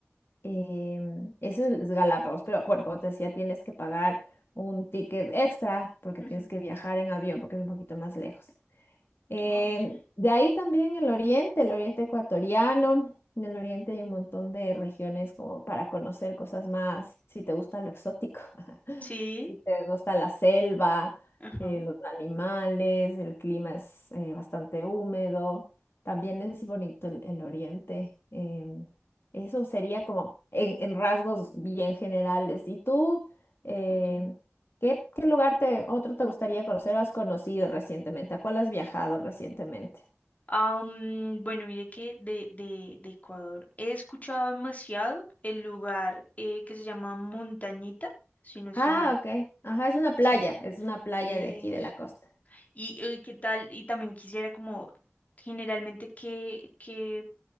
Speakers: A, on the left (about 55°); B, on the left (about 35°).
A: em, eso es Galápagos, pero bueno, como te decía, tienes que pagar un ticket extra porque
B: ujú,
A: tienes que viajar en avión porque es un poquito más lejos. Eh,
B: ok.
A: de ahí también el oriente, el oriente ecuatoriano. En el oriente hay un montón de regiones como para conocer cosas más, si te gusta lo exótico, <laughs>
B: Sí.
A: si te gusta la selva,
B: Ajá,
A: eh, los animales, el clima es eh, bastante húmedo. También es bonito el, el oriente. em, eso sería como en, en rasgos bien generales. ¿Y tú? Em,
B: ok.
A: ¿Qué, qué lugar te, otro te gustaría conocer o has conocido recientemente? ¿A cuál has viajado recientemente?
B: Ah, mm, bueno, mire que de, de, de Ecuador he escuchado demasiado el lugar eh, que se llama Montañita, si no estoy
A: Ah,
B: mal.
A: ok. Ajá, es una playa,
B: Sí.
A: es una playa
B: Es...
A: de aquí de la costa.
B: Y, eh, qué tal, y también quisiera como generalmente qué, qué